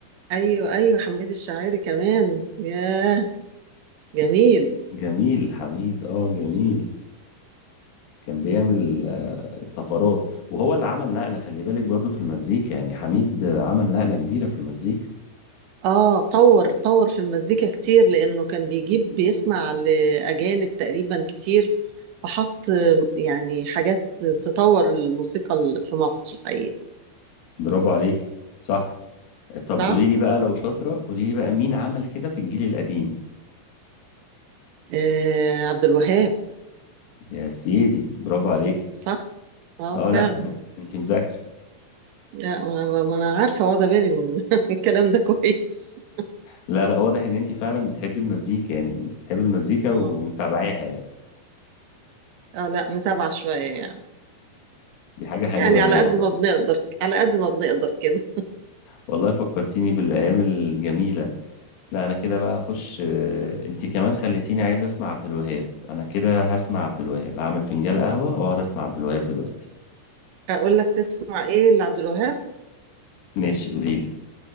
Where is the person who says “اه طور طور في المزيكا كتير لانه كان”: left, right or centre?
Right